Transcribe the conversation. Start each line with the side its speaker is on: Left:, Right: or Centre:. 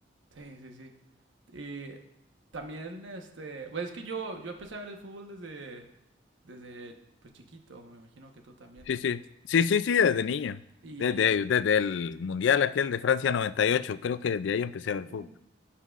Right: Sí, sí, sí. Y también, este. Pues es que yo, yo empecé a ver el fútbol desde. Desde pues chiquito. Me imagino que tú también.
Left: Sí, sí. Sí, sí, sí, desde niño.
Right: Y.
Left: Desde, desde el Mundial aquel de Francia noventa y ocho creo que desde ahí empecé a ver
Right: Uh,
Left: fútbol.